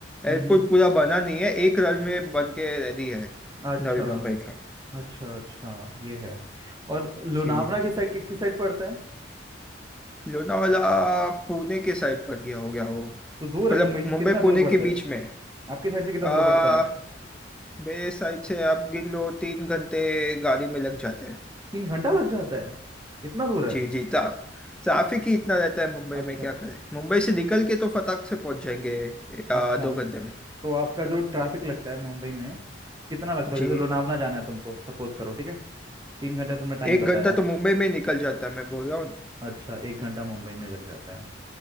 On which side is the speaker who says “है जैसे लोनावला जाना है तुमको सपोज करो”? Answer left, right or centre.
Right